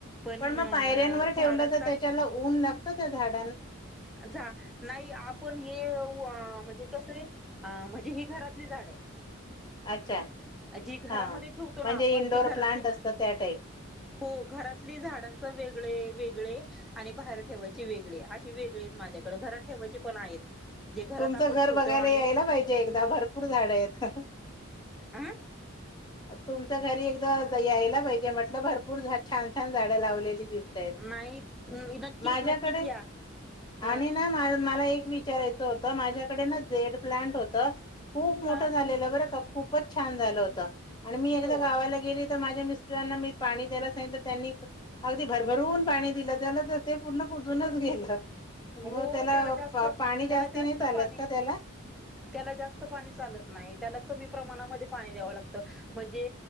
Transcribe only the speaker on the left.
मग पायऱ्यांवर ठेवलं
तर त्याच्याला ऊन लागत त्या झाड
अच्छा!
हा
म्हणजे
इंडोर
प्लांट असतं त्या टाईप
तुमचं
घर
बघायला
यायला पाहिजे एकदा भरपूर झाड आहेत.
तुमच्या घरी एकदा यायला पाहिजे म्हटलं भरपूर भरपूर छान छान झाडं लावलेली दिसतायेत.
माझ्याकडे
आणि ना मला एक विचारायचं होतं, माझ्याकडे ना झेड प्लांट होत, खूप मोठं
झालेलं बरं का खूपच छान झालं होतं, आणि मी एकदा
गावाला गेली माझ्या मिस्टरांना मी पाणी द्यायला सागितल, तर त्यांनी अगदी भरभरून पाणी दिलं त्याला तर ते पूर्ण कुजूनच गेलं.
मग
पा- पाणी
जास्ती
नाही चालत
का त्याला